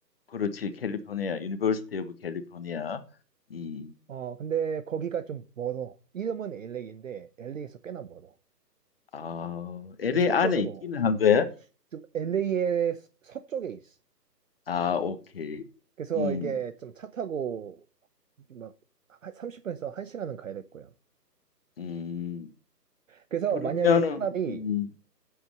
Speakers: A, on the left; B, on the right.
A: 그렇지 캘리포니아 유니버시티 오브 캘리포니아 이
B: 어, 근데 거기가 좀 멀어. 이름은 LA인데, LA에서 꽤나 멀어.
A: 아, LA
B: 좀 서쪽으로,
A: 안에 있기는 한 거야?
B: 좀 LA의 서쪽에 있어.
A: 아, 오케이.
B: 그래서
A: 음,
B: 이게 좀 차 타고 막 30분에서 1시간은 가야 될 거야.
A: 음.
B: 그래서
A: 그러면은
B: 만약에 차라리
A: 음,